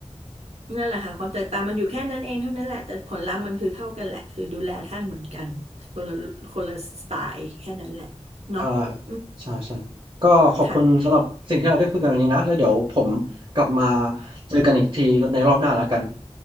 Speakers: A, on the right; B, on the right.
A: นั่นแหละค่ะความแตกต่างมันอยู่แค่นั้นเองเท่านั้นแหละแต่ผลลัพธ์มันคือเท่ากันแหละคือดูแลท่านเหมือนกันคนละคนละสไตล์แค่นั้นแหละเนาะอืม
B: ใช่ใช่ใช่ก็ขอบคุณสำหรับสิ่งที่เราได้คุยกันวันนี้นะแล้วเดี๋ยวผมกลับมา
A: ค่ะ
B: เจอกันอีกทีในรอบหน้าแล้วกัน